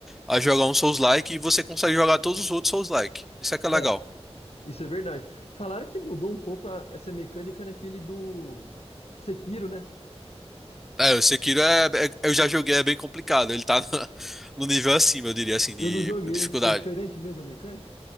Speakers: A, in the centre; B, on the left.
A: a jogar um Souls-like, você consegue jogar todos os outros Souls-like. Isso é que é legal.
B: É, isso é verdade. Falaram que mudou um pouco a- essa mecânica naquele do Sekiro, né?
A: É, o Sekiro é, é- eu já joguei, é bem complicado. Ele tá <laughs> no, nível acima, eu diria assim,
B: Eu
A: de
B: não joguei.
A: dificuldade.
B: É diferente mesmo a mecânica?